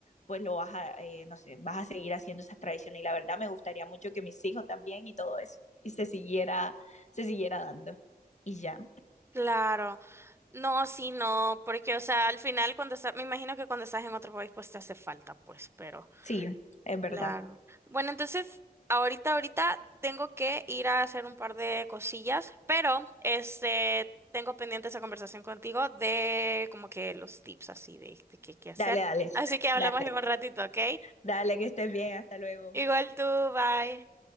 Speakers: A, on the left (about 45°); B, on the right (about 15°).
A: pues lo vas a, eh, no sé, vas a seguir haciendo esas tradiciones. Y la verdad me gustaría mucho que mis hijos también y todo eso, y se siguiera, se siguiera dando. Y ya,
B: claro. No, sí, no, porque o sea, al final cuando estás, me imagino que cuando estás en otro país pues te hace falta, pues, pero...
A: sí, es verdad.
B: Claro. Bueno, entonces, ahorita, ahorita tengo que ir a hacer un par de cosillas, pero este, tengo pendiente esa conversación contigo de como que los tips así de, de qué qué hacer.
A: Dale, dale,
B: Así que hablamos
A: dale,
B: en un ratito, ¿ok?
A: dale, que estés bien, hasta luego.
B: Igual tú, bye.